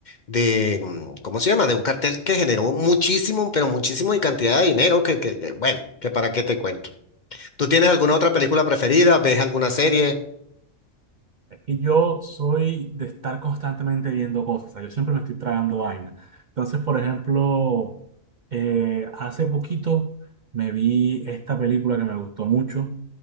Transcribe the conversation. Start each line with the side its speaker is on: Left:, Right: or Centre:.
Left: de, mm, ¿cómo se llama? De un cartel que generó muchísimo, pero muchísimo y cantidad de dinero que, que, que, bueno, que para qué te cuento. ¿Tú tienes alguna otra película preferida? ¿Ves alguna serie?
Right: Es que yo soy de estar constantemente viendo cosas, o sea, yo siempre me estoy tragando vaina. Entonces, por ejemplo, eh, hace poquito me vi esta película que me gustó mucho,